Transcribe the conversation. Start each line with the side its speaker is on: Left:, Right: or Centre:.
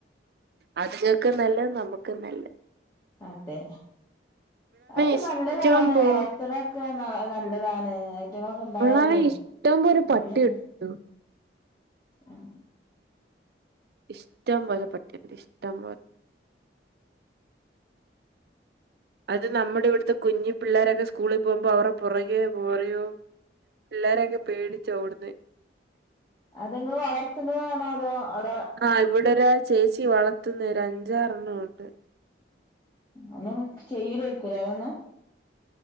Right: അതിങ്ങക്ക് നല്ല നമുക്കും നല്ല
Left: അതെ അത്
Right: ഇഷ്ടം
Left: നല്ലതാണ്
Right: പോ
Left: അതൊക്കെ <unintelligible> ന നല്ല നല്ലതാണ് ഐറ്റങ്ങളൊക്കെ ഉണ്ടായാലേ
Right: ഇവിടാണ് ഇഷ്ടം പോലെ
Left: <unintelligible>
Right: പട്ടി കിട്ടും.
Left: ആഹ
Right: ഇഷ്ടം പോലെ പട്ടിണ്ട് ഇഷ്ടം പോലെ അത് നമ്മുടെ ഇവിടുത്തെ കുഞ്ഞി പിള്ളേരൊക്കെ സ്കൂളിൽ പോകുമ്പോ അവടെ പുറകെോ പോറയോ പിള്ളോരൊക്കെ പേടിച്ച ഓടന്ന്
Left: അതെങ് വളർത്തുന്നതാണോ അതോ
Right: ആഹ് ഇവിടെ ഒരാൾ ചേച്ചി വളർത്തുന്ന ഒ ഒരു അഞ്ചാറെണ്ണുണ്ട്
Left: ഒന്നും ചെയ്യു ലായിരിക്കുമല്ലേ അതൊന്നും